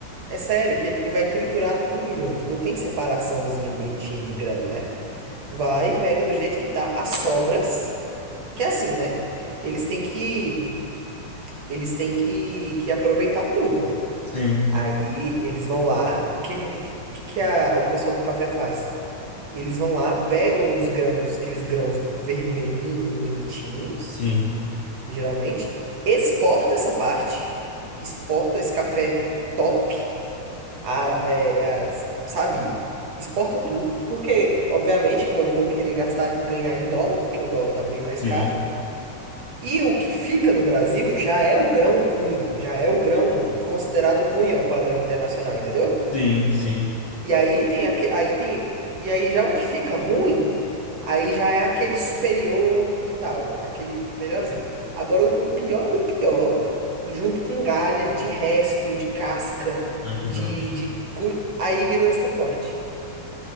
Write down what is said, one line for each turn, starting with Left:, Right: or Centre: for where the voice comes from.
Right: É sério, que ele vai triturado tudo junto. Não tem separaçãozinha bonitinha de grão, né? Vai, pega do jeito que tá. As sobras, que é assim, né? Eles têm que, eles têm que, que aproveitar tudo, né?
Left: Sim,
Right: Aí eles vão lá. O que, que, que, que a- o pessoal do café faz? Eles vão lá, pegam os grãos, aqueles grãos vermelhinhos, bonitinhos,
Left: sim,
Right: geralmente, exporta essa parte, exporta esse café top, ara- é, é, sabe? Exporta tudo, porque, obviamente, que vão vão querer gastar, ganhar em dólar, porque o dólar tá bem mais
Left: sim,
Right: caro. E o que fica no Brasil já é o grão ruim, já é o grão considerado ruim ao padrão internacional, entendeu?
Left: sim, sim.
Right: E aí tem aque aí tem e aí já o que fica ruim Aí já é aquele superior e tal, aquele melhorzinho. Agora, o o pior do pior, junto com galha, de resto, de casca,
Left: Ai, que
Right: de,
Left: nojo.
Right: de... cu- Aí vira o extra forte.